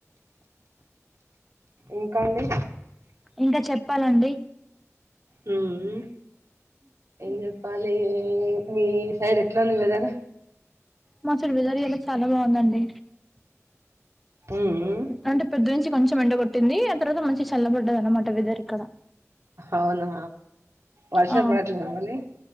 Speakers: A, on the right; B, in the centre.
A: ఇంకా అండి
B: ఇంకా చెప్పాలండి
A: హ్మ్ ఏం చెప్పాలి మీ సైడ్ ఎట్లుంది వెదర్
B: మా సైడ్ వెదర్ ఇయ్యాలా చాలా బాగుందండి
A: ఉమ్
B: అంటే పోదునుంచి కొంచెం ఎండ కొట్టింది ఆ తర్వాత మంచి చల్లబడ్డది అనమాట వెదర్ ఇక్కడ
A: అవునా వర్షం
B: ఆ
A: పడట్లేదా మళ్ళీ